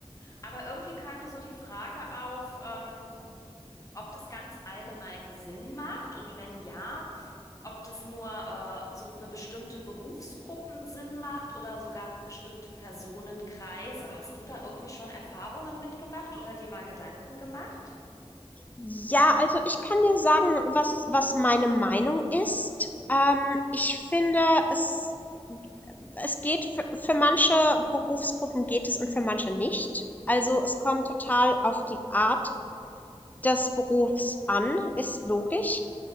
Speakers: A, on the left (about 30°); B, on the left (about 15°).
A: Aber irgendwie kam mir so die Frage auf, ähm, ob das ganz allgemein Sinn macht und wenn ja, ob das nur äh, so für bestimmte Berufsgruppen Sinn macht oder sogar bestimmte Personenkreise. Hast du da irgendwie schon Erfahrungen mitgemacht oder dir mal Gedanken gemacht?
B: Ja, also ich kann dir sagen, was, was meine Meinung ist. Ähm, ich finde, es, es geht für, für manche Berufsgruppen geht es und für manche nicht. Also es kommt total auf die Art des Berufs an, ist logisch.